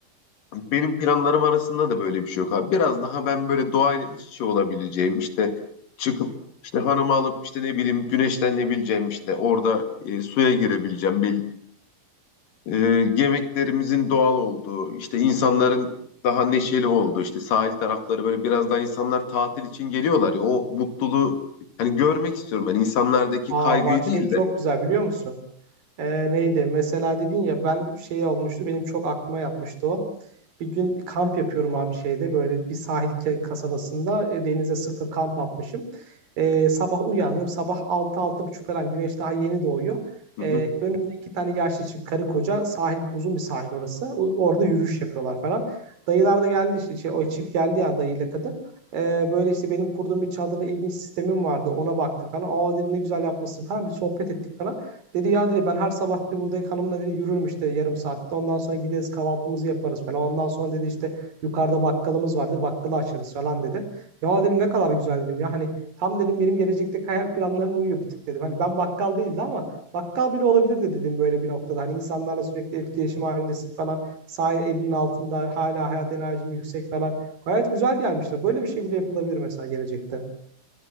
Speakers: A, on the left (about 65°); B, on the right (about 70°).
A: benim planlarım arasında da böyle bir şey yok abi. Biraz daha ben böyle doğayla iç içe olabileceğim işte çıkıp işte hanımı alıp işte ne bileyim güneşlenebileceğim işte orada e, suya girebileceğim bir e, yemeklerimizin doğal olduğu işte insanların daha neşeli olduğu işte sahil tarafları böyle biraz daha insanlar tatil için geliyorlar ya o mutluluğu hani görmek istiyorum ben insanlardaki
B: aa
A: kaygıyı
B: bak şey
A: değil
B: çok
A: de.
B: güzel biliyor musun? Ee, neydi? Mesela dedin ya ben şey olmuştu benim çok aklıma yatmıştı o. Bir gün kamp yapıyorum abi şeyde böyle bir sahil ke- kasabasında e, denize sıfır kamp atmışım. Ee, sabah uyandım sabah altı altı buçuk falan güneş daha yeni doğuyor.
A: Hı
B: Ee,
A: hı.
B: önümde iki tane yaşlı çift karı koca sahil uzun bir sahil orası. O- orada yürüyüş yapıyorlar falan. Dayılar da geldi işte şey, o çift geldi yani dayıyla kadın. Ee, böyle işte benim kurduğum bir çadırda ilginç sistemim vardı ona baktı falan. Aa dedi ne güzel yapmışsın falan bir sohbet ettik falan. Dedi ya dedi ben her sabah dedi buradaki hanımla dedi yürürüm işte yarım saatte. Ondan sonra gideriz kahvaltımızı yaparız falan. Ondan sonra dedi işte yukarıda bakkalımız vardı. Bakkalı açarız falan dedi. Ya dedim ne kadar güzel dedim. Ya hani tam dedim benim gelecekteki hayal planlarına uyuyor bir tık dedim. Hani ben bakkal değildi ama bakkal bile olabilirdi dedim böyle bir noktada. Hani insanlarla sürekli etkileşim halindesin falan. sağ elinin altında hala hayat enerjin yüksek falan. Gayet güzel gelmişler. Böyle bir şey bile yapılabilir mesela gelecekte.